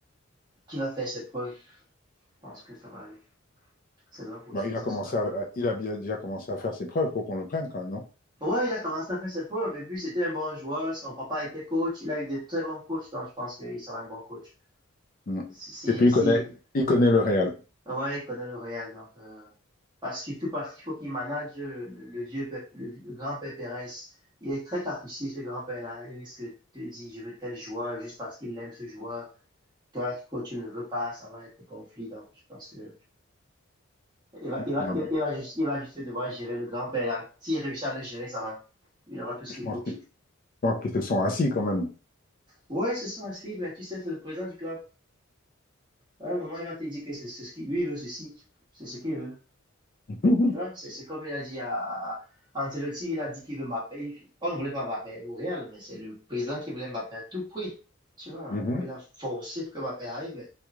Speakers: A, on the right; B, on the left.
A: qui va faire ses preuves. Je pense que ça va aller. C'est l'an prochain,
B: Bon, il
A: ça
B: a commencé
A: sera mieux.
B: à, à- il a bien- déjà commencé à faire ses preuves pour qu'on le prenne quand même, non?
A: Ouais, il a commencé à faire ses preuves et puis c'était un bon joueur. Son papa était coach, il a eu de très bons coachs, donc je pense qu'il sera un bon coach.
B: Mm.
A: Si, si,
B: Et puis il
A: si,
B: connaît, il connaît le Real.
A: Ah Ouais, il connaît le Real, donc euh, parce, surtout parce qu'il faut qu'il manage le, le- le vieux Pep- le, vieux- le grand-père Pérez. Il est très capricieux, ce grand-père-là. Il risque de te dire, je veux tel joueur juste parce qu'il aime ce joueur. Toi, quand tu ne veux pas, ça va être des conflits. Donc, je pense que il va,
B: Mm.
A: il va,
B: Non,
A: il va,
B: mais
A: il va juste, il va juste devoir gérer le grand-père-là. S'il réussit à le gérer, ça va. Il aura tout ce
B: je
A: qu'il
B: pense
A: faut.
B: que- je pense qu'ils se sont assis quand même.
A: Ouais, ce sont à suivre, mais tu sais, c'est le président du club. À un moment, il va te dire que c'est c'est ce qu'il lui il veut ceci. C'est ce qu'il veut.
B: <laughs>
A: Tu vois, c'est c'est comme il a dit à, à Ancelotti, il a dit qu'il veut Mbappé. On ne voulait pas Mbappé au Real, mais c'est le président qui voulait Mbappé à tout prix. Tu vois,
B: Mhm.
A: il a forcé pour que Mbappé arrive.